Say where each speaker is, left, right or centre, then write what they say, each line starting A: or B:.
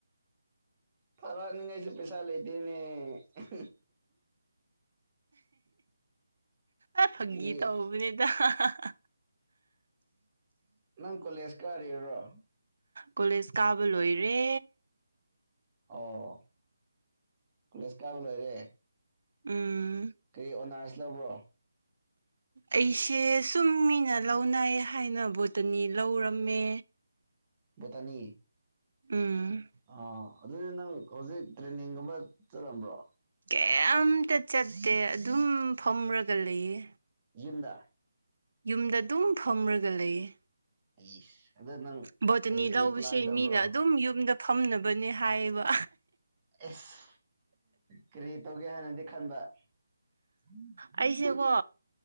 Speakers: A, on the right (about 20°); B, on the right (about 70°).
A: ꯊꯥꯔꯛꯅꯤꯉꯥꯏꯁꯨ ꯄꯩꯁꯥ ꯂꯩꯇꯦꯅꯦ <unintelligible>
B: ꯑꯥ ꯐꯒꯤ
A: ꯀꯔꯤ
B: ꯇꯧꯕꯅꯤꯗ ꯍꯥ ꯍꯥ ꯍꯥ
A: ꯅꯪ ꯀꯣꯂꯦꯖ ꯀꯥꯔꯤꯔꯣ
B: ꯀꯣꯂꯦꯖ ꯀꯥꯕ ꯂꯣꯏꯔꯦ
A: ꯑꯣ ꯀꯣꯂꯦꯖ ꯀꯥꯕ ꯂꯣꯏꯔꯦ
B: ꯎꯝ
A: ꯀꯔꯤ ꯑꯣꯅꯔꯁ ꯂꯧꯕ꯭ꯔꯣ
B: ꯑꯩꯁꯦ ꯁꯨꯝ ꯃꯤꯅ ꯂꯧꯅꯩ ꯍꯥꯏꯅ ꯕꯣꯇꯅꯤ ꯂꯧꯔꯝꯃꯦ
A: ꯕꯣꯇꯅꯤ
B: ꯎꯝ
A: ꯑꯥ ꯑꯗꯨꯗꯤ ꯅꯪ ꯍꯧꯖꯤꯛ ꯇ꯭ꯔꯦꯟꯅꯤꯡꯒꯨꯝꯕ ꯆꯠꯂꯝꯕ꯭ꯔꯣ
B: ꯀꯩꯝꯇ ꯆꯠꯇꯦ ꯑꯗꯨꯝ ꯐꯝꯔꯒ ꯂꯩꯌꯦ
A: ꯌꯨꯝꯗ
B: ꯌꯨꯝꯗ ꯑꯗꯨꯝ ꯐꯝꯔꯒ ꯂꯩꯌꯦ
A: ꯑꯦꯁ ꯑꯗꯣ ꯅꯪ
B: ꯕꯣꯇꯅꯤ
A: ꯀꯔꯤ ꯀꯔꯤ
B: ꯂꯧꯕꯁꯦ
A: ꯄ꯭ꯂꯥꯟ ꯇꯧꯕ꯭ꯔꯣ
B: ꯃꯤꯅ ꯑꯗꯨꯝ ꯌꯨꯝꯗ ꯐꯝꯅꯕꯅꯦ ꯍꯥꯏꯌꯦꯕ
A: ꯑꯦꯁ ꯀꯔꯤ ꯇꯧꯒꯦ ꯍꯥꯏꯅꯗꯤ ꯈꯟꯕ <unintelligible>
B: ꯑꯩꯁꯦꯀꯣ